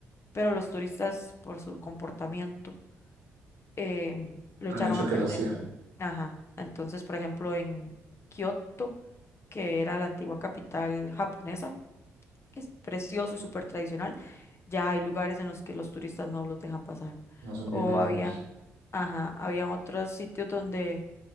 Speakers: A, on the left (about 40°); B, on the right (about 85°).
A: pero los turistas por su comportamiento eh, lo
B: Han
A: echaron
B: hecho
A: a
B: que
A: perder.
B: lo cierren.
A: Ajá. Entonces, por ejemplo, en Kioto, que era la antigua capital japonesa, que es precioso y súper tradicional, ya hay lugares en los que los turistas no los dejan pasar.
B: No son
A: O
B: bienvenidos.
A: habían, ajá, habían otros sitios donde